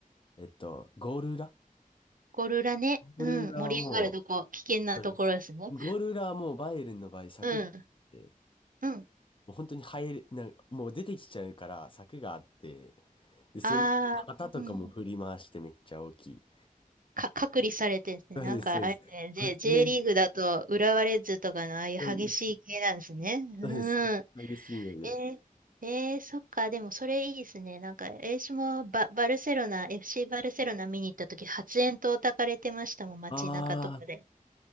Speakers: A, on the left (about 35°); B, on the right (about 70°).
A: えっと、ゴール裏
B: ゴール裏ね。
A: ゴール裏はもう、
B: うん。盛り上がるとこ、危険なところですね。
A: そうです。ゴール裏はもうバイエルンの場合、柵があって、
B: うん。うん。
A: もう本当に入れ、なんかもう出てきちゃうから柵があって、で、それ、
B: ああ、
A: 旗とかも振り回してめっちゃ大きい。
B: うん。か、隔離されてですね。
A: そうです、
B: なんか、
A: そうです。
B: あれね、J、
A: 発煙、
B: J リーグだと、浦和レッズとかのああいう激しい系なんですね。
A: そうです、
B: うん。
A: そうです。激しいので。
B: えー、えーそっか、でもそれいいですね。なんか、私もバ、バルセロナ、FC バルセロナ見に行った時、発煙筒焚かれてましたもん、街中とかで。
A: ああ